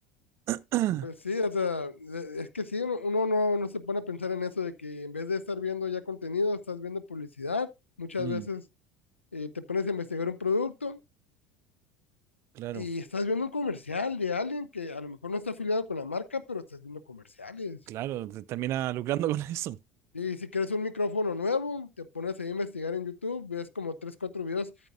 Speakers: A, on the right; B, on the left.
A: <clears throat>
B: pues sí, o sea, e, es que sí, uno, uno no, no se pone a pensar en eso de que en vez de estar viendo ya contenido, estás viendo publicidad. Muchas
A: Mm,
B: veces eh, te pones a investigar un producto
A: claro,
B: y estás viendo un comercial de alguien que a lo mejor no está afiliado con la marca, pero estás viendo comerciales.
A: claro, te termina lucrando con eso.
B: Y si quieres un micrófono nuevo, te pones ahí a investigar en YouTube, ves como tres, cuatro videos,